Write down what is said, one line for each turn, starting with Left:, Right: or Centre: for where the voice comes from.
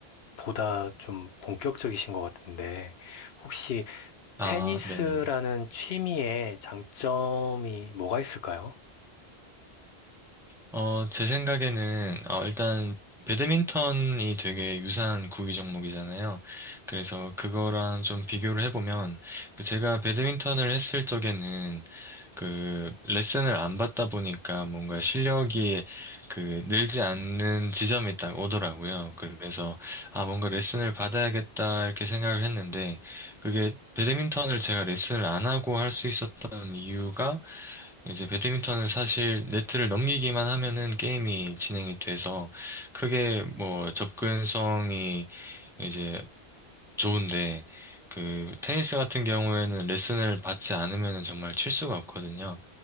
Left: 보다 좀 본격적이신 것 같은데, 혹시
Centre: 아,
Left: 테니스라는
Centre: 네네.
Left: 취미의 장점이 뭐가 있을까요?
Centre: 어, 제 생각에는, 어, 일단, 배드민턴이 되게 유사한 구기 종목이잖아요. 그래서 그거랑 좀 비교를 해보면, 그 제가 배드민턴을 했을 적에는, 그, 레슨을 안 받다 보니까 뭔가 실력이 그, 늘지 않는 지점이 딱 오더라고요. 그래서, 아, 뭔가 레슨을 받아야겠다, 이렇게 생각을 했는데, 그게 배드민턴을 제가 레슨을 안 하고 할 수 있었던 이유가, 이제 배드민턴은 사실 네트를 넘기기만 하면은 게임이 진행이 돼서 크게 뭐 접근성이 이제 좋은데 그 테니스 같은 경우에는 레슨을 받지 않으면은 정말 칠 수가 없거든요.